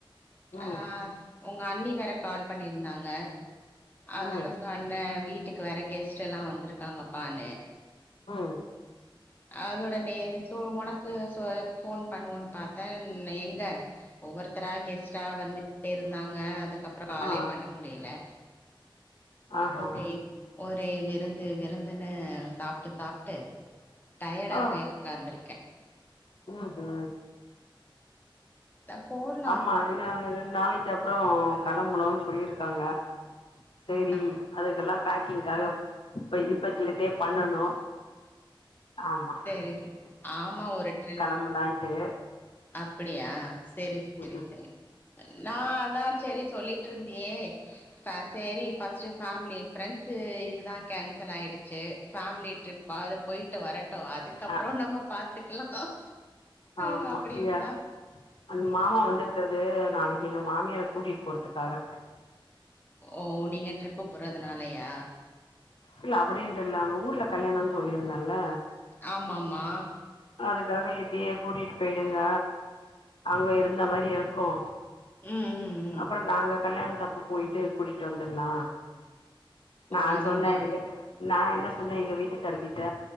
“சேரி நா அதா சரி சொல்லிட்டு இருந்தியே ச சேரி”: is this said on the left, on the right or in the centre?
Left